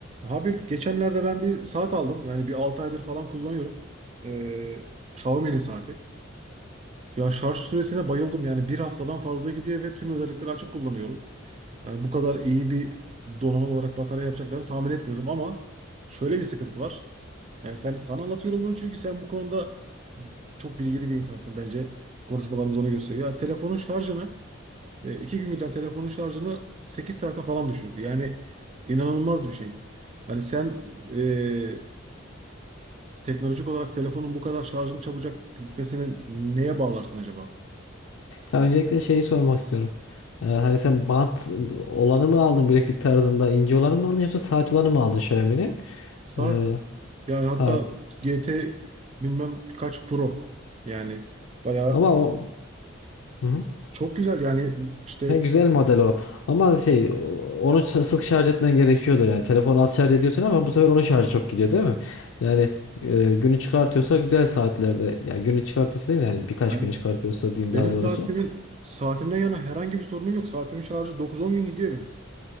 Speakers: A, on the right; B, on the left.
A: Abi geçenlerde ben bir saat aldım. Yani bir 6 aydır falan kullanıyorum. Ee, Xiaomi'nin saati. Ya şarj süresine bayıldım. Yani bir haftadan fazla gidiyor ve tüm özellikleri açık kullanıyorum. Yani bu kadar iyi bir donanım olarak batarya yapacaklarını tahmin etmiyordum ama şöyle bir sıkıntı var. Yani sen sana anlatıyorum bunu çünkü sen bu konuda çok bilgili bir insansın bence. Konuşmalarımız onu gösteriyor. Ya telefonun şarjını e, iki gün giden telefonun şarjını 8 saate falan düşürdü. Yani inanılmaz bir şey. Hani sen e, teknolojik olarak telefonun bu kadar şarjın çabucak gitmesini neye bağlarsın acaba?
B: Ya öncelikle şeyi sormak istiyorum. Ee, hani sen bant olanı mı aldın bileklik tarzında ince olanı mı aldın yoksa saat olanı mı aldın Xiaomi'nin?
A: Saat.
B: Ee,
A: Yani hatta
B: saat.
A: GT bilmem kaç Pro. Yani bayağı
B: Ama o Hı hı.
A: çok güzel. Yani işte
B: He, güzel model o. Ama şey o- onu ç- sık şarj etmen gerekiyordur yani. Telefonu az şarj ediyorsun ama bu sefer onun şarjı çok gidiyor değil mi? Yani e, günü çıkartıyorsa güzel saatlerde. Yani günü çıkartıyorsa değil mi? Yani birkaç
A: ben,
B: günü çıkartıyorsa diyeyim
A: benim
B: daha doğrusu.
A: saatimin saatimden yana herhangi bir sorunum yok. Saatimin şarjı dokuz on gün gidiyor benim.